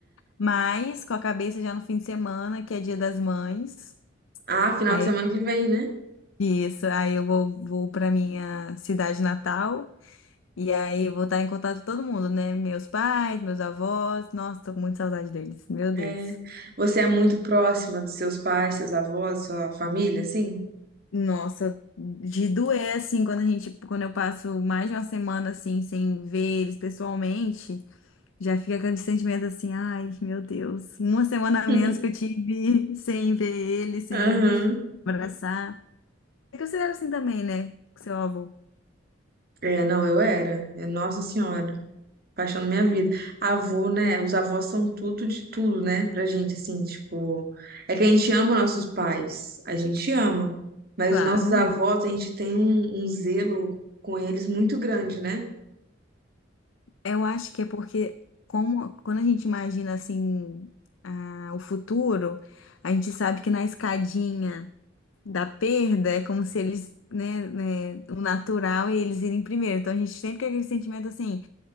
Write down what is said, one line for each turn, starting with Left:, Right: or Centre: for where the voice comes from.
Left: Mas com a cabeça já no fim de semana, que é Dia das Mães.
Right: Ah, final
Left: Aí,
Right: de semana que vem, né?
Left: isso, aí eu vou, vou pra minha cidade natal. E aí eu vou estar em contato com todo mundo, né? Meus pais, meus avós. Nossa, tô com muita saudade deles. Meu Deus.
Right: É. Você é muito próxima dos seus pais, seus avós, sua família, assim?
Left: Nossa, de doer assim quando a gente, quando eu passo mais de uma semana assim sem ver eles pessoalmente. Já fica aquele sentimento assim, ai, meu Deus, uma semana a
Right: <laughs>
Left: menos que eu tive sem ver ele, sem
Right: Aham.
Left: abraçar. É que você era assim também, né, com seu avô?
Right: É, não, eu era. É, Nossa Senhora. Paixão da minha vida. Avô, né? Os avós são tudo de tudo, né? Pra gente, assim, tipo. É que a gente ama nossos pais, a gente ama. Mas
Left: Claro,
Right: os nossos
Left: muito.
Right: avós, a gente tem um, um zelo com eles muito grande, né?
Left: Eu acho que é porque como, quando a gente imagina assim a- o futuro, a gente sabe que na escadinha da perda é como se eles, né, né, o natural é eles irem primeiro. Então a gente sempre tem aquele sentimento assim.